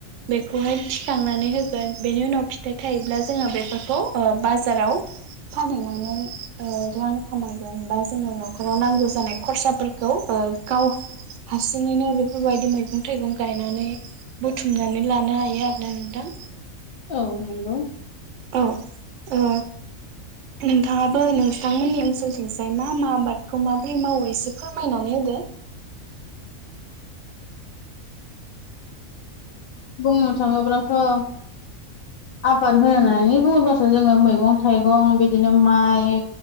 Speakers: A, on the right; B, on the left.
A: बेखौहाय थिखांनानै होगोन। बेनि उनाव फिथाइ थायोब्ला जोङो बेफोर खौ ओ बाजाराव फानहैनानै ओ रां खामायगोन। बा जोङो न'खराव नांगौ जानाय खरसाफोर खौ ओ गाव हारसिङैनो बेफोरबायदि मैगं थाइगं गायनानै बुथुमनानै लानो हायो आरोना नोंथां।
B: औ नंगौ।
A: औ ओ नोंथाङाबो नोंसांमोननि ओनसोलथिंसाय मा मा आबादखौ माबोरै मावो एसे फोरमायनानै होदो।
B: <inaudible> बुंनो थाङोब्लाथ' आबार होननानै बुङोबाथ' जोङो मैगं थाइगं बिदिनो माइ